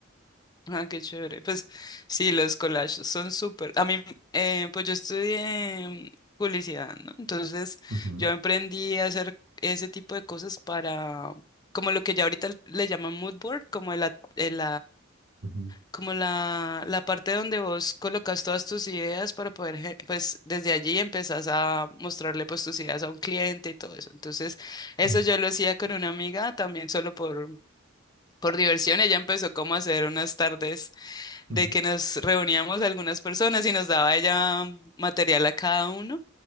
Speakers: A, on the left; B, on the right.
A: Ah, qué chévere. Pues sí, los collages son súper. A mí, eh, pues yo estudié publicidad, ¿no? Entonces
B: Ujú,
A: yo aprendí a hacer ese tipo de cosas para, como lo que ya ahorita le llaman mood board, como el, a- el,
B: ujú.
A: como la, la parte donde vos colocas todas tus ideas para poder, ge- pues desde allí empezás a mostrarle pues tus ideas a un cliente y todo eso. Entonces,
B: Claro.
A: eso yo lo hacía con una amiga también solo por, por diversión. Ella empezó como a hacer unas tardes de
B: Ujú,
A: que nos reuníamos algunas personas y nos daba ella material a cada uno